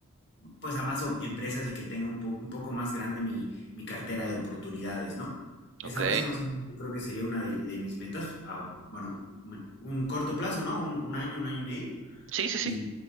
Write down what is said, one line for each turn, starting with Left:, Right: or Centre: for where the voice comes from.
Left: pues a más o- empresas y que tenga un, po- un poco más grande mi, mi cartera de oportunidades, ¿no? Esa,
Right: ok,
Left: esa más o menos yo creo que sería una de, de mis metas, a, bueno, me- un corto plazo, ¿no? Un, un año, un año y medio.
Right: sí, sí,
Left: Y,